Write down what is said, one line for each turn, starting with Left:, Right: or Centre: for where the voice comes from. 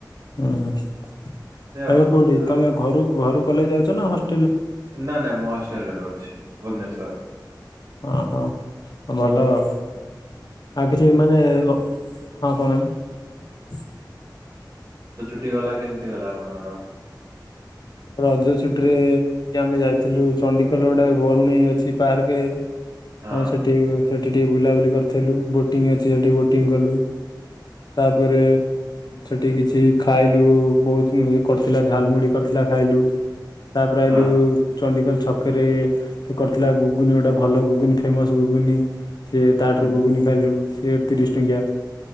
Left: ହୁଁ ଏବେ
Right: ଏମିତି ଆଉ
Left: କୋଉଠି
Right: ଆଉ
Left: ତମେ ଘରୁ ଘରୁ କଲେଜ ଯାଉଛ ନା ହଷ୍ଟ
Right: ନା ନାଇଁ ମୁଁ ହଷ୍ଟେଲରେ ରହୁଛି ଭୁବନେଶ୍ଵର।
Left: ଓ ହୋ ଭଲ
Right: ହୁଁ।
Left: ଆଉ ଆଉ କିଛି ମାନେ ହଁ କହୁ ନାହାନ୍ତି।
Right: କଟିଗଲା କେମିତି ଗଲା ଆପଣଙ୍କର?
Left: ରଜ ଛୁଟି ରେ ଆମେ ଯାଇଥିଲୁ ଚଣ୍ଡିଖୋଲ ଗୁଟେ ବରୁଣେଇ ଅଛି ପାର୍କେ
Right: ହଁ
Left: ଆମେ ସେଠି ସେଠି ଟିକେ ବୁଲାବୁଲି କରିଥିଲୁ ବୋଟିଂ ଅଛି ସେଠି ବୋଟିଂ କଲୁ। ତାପରେ ସେଠି କିଛି ଖାଇଲୁ ବହୁତ କରିଥିଲା ଝାଲମୁଡି କରିଥିଲ ଭୂଜା ଖାଇଲୁ ତାପରେ ଆଇଲୁ
Right: ହଁ
Left: ଚଣ୍ଡୀଖସ୍ ଛକରେ ସେ କରିଥିଲା ଗୁଗୁନି ଗୋଟେ ଭଲ ଗୁଗୁନି ଫେମସ ଗୁଗୁନି ସି ତାଠାରୁ
Right: ହୁଁ ହୁଁ
Left: ଗୁଗୁନି ଖାଇଲୁ ସିଏ ତିରିଶ ଟଙ୍କିଆ